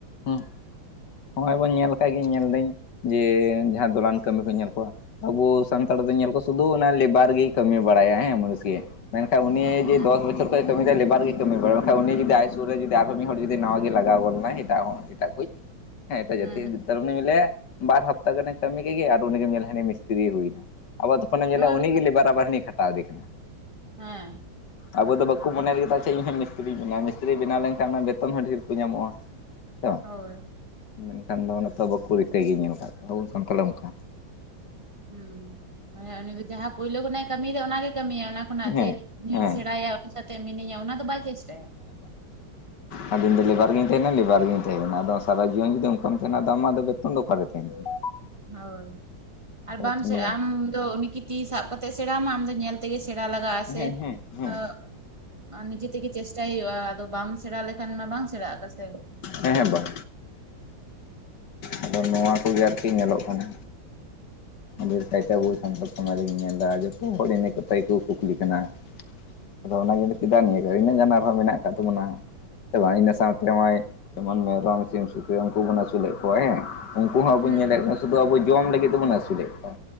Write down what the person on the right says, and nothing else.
ᱦᱩᱸ
ᱦᱩᱸ
ᱦᱩᱸ
ᱦᱩᱸ
ᱦᱩᱸ ᱦᱳᱭ
ᱵᱟᱠᱷᱟᱡ
ᱦᱮᱸ᱾
ᱦᱳᱭ
ᱦᱩᱸ, ᱩᱱᱤ ᱫᱚ ᱡᱟᱦᱟᱸ ᱯᱳᱭᱞᱳ ᱠᱷᱚᱱᱟᱜ ᱮ ᱠᱟᱹᱢᱤᱭᱟ ᱚᱱᱟᱜᱮ ᱠᱟᱹᱢᱤᱭᱟ ᱚᱱᱟ ᱠᱷᱚᱱᱟᱜ
ᱡᱮ ᱤᱧᱦᱩᱧ
ᱥᱮᱬᱟᱭᱟ ᱩᱱᱤ ᱥᱟᱛᱮ ᱢᱤᱱᱟᱹᱧᱟ ᱚᱱᱟ ᱫᱚ ᱵᱟᱭ ᱪᱮᱥᱴᱟᱭᱟ᱾
ᱦᱳᱭ, ᱟᱨ ᱵᱟᱢ
ᱥᱮ
ᱟᱢ ᱫᱚ ᱩᱱᱤᱠᱤ ᱛᱤ ᱥᱟᱵ ᱠᱟᱛᱮ ᱮ ᱥᱮᱬᱟ ᱟᱢᱟ ᱟᱢ ᱫᱚ ᱧᱮᱞ ᱛᱮᱜᱮ ᱥᱮᱬᱟ ᱞᱟᱜᱟᱜ-ᱟ
ᱥᱮ᱾
ᱟᱹᱜ ᱱᱤᱡᱮ ᱛᱮᱜᱮ ᱪᱮᱥᱴᱟᱭ ᱦᱩᱭᱩᱜ-ᱟ᱾ ᱟᱫᱚ ᱵᱟᱢ ᱥᱮᱬᱟ ᱞᱮᱠᱷᱟᱱ ᱢᱟ ᱵᱟᱝ ᱥᱮᱬᱟᱜ ᱠᱟᱱᱟ ᱥᱮ᱾
<unintelligible>
ᱦᱮᱸ
ᱦᱮᱸ